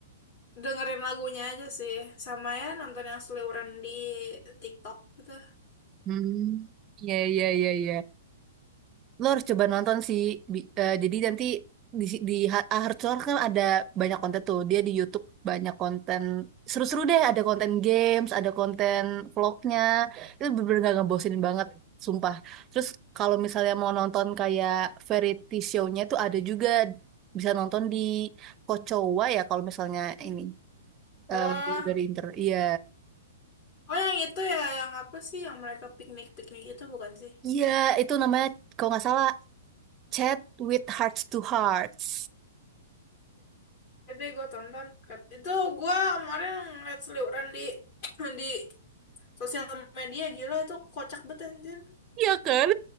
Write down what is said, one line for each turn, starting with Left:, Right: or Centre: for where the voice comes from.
Left: dengerin lagunya aja sih, sama ya nonton yang seliweran di TikTok gitu.
Right: Hmm, iya, iya, iya, iya. Lo harus coba nonton sih. Bi- eh, jadi nanti di, si- di Ha- Ahad Suar kan ada banyak konten tuh. Dia di YouTube banyak konten seru-seru deh. Ada konten games, ada konten vlognya. Itu bener-bener gak ngebosenin banget, sumpah. Terus kalau misalnya mau nonton kayak variety show-nya tuh ada juga bisa nonton di Kocowa ya kalau misalnya ini
Left: Oh,
Right: eh, dari Inter. Iya,
Left: Oh yang itu ya, yang apa sih yang mereka piknik-piknik itu bukan sih?
Right: iya itu namanya kalau nggak salah Chat with Hearts to Hearts.
Left: Jadi gue tonton. Itu gue kemarin ngeliat seliuran di <clears throat> di sosial media gila itu kocak banget anjir.
Right: Iya kan?